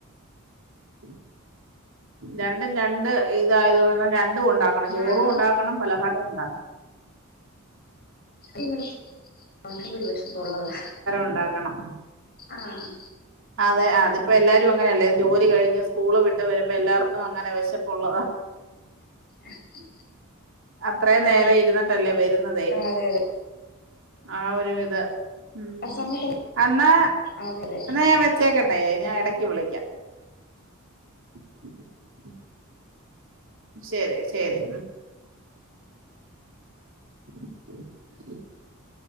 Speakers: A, on the right (about 65°); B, on the left (about 50°).
A: ഉം രണ്ടും രണ്ട് <unintelligible> ചോറും
B: ആണോ
A: ഒണ്ടാക്കണം പലഹാരോം
B: ഇങ്ങനെ ഒരുവശപ്പുള്ളതാ
A: ഒണ്ടാക്കണം
B: ആഹ്
A: അപ്പ എല്ലാരും അങ്ങനെയല്ലേ ജോലി <unintelligible> എല്ലാർക്കും അങ്ങനെ വിശപ്പുള്ളതാ
B: <inaudible>
A: അത്രയും നേര
B: അതെ
A: ഇരുന്നിട്ടല്ലേ വരുന്നതേ
B: അതെ
A: ആ ഒരു ഇത് ഉ
B: ആ സമയത്ത്
A: എന്നാ
B: അതെ അതെ
A: ഞാൻ വെച്ചേക്കട്ടെ ഞാൻ ഇടക്ക് വിളിക്കാം <inaudible> ശരി ശരി <inaudible>